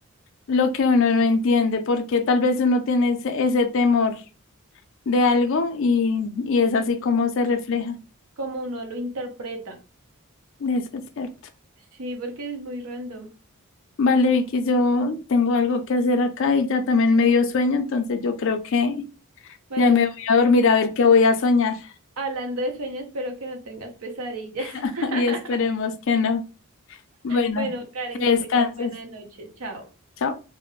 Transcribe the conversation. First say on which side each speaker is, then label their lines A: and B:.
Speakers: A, on the left; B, on the right.
A: lo que uno no entiende, porque tal vez uno tiene ese, ese temor de algo y, y es así como se refleja.
B: como uno lo interpreta.
A: Eso es cierto.
B: Sí, porque es muy random.
A: Vale, Vicky, yo tengo algo que hacer acá y ya también me dio sueño, entonces yo creo que
B: Bueno,
A: ya me voy a dormir
B: a-
A: a ver qué voy a soñar
B: hablando de sueños, espero que no tengas pesadillas.
A: <laughs>
B: <laughs>
A: y esperemos que no. Bueno,
B: Bueno, Karen,
A: que
B: que
A: descanses.
B: tengas buena noche. Chao.
A: Chao.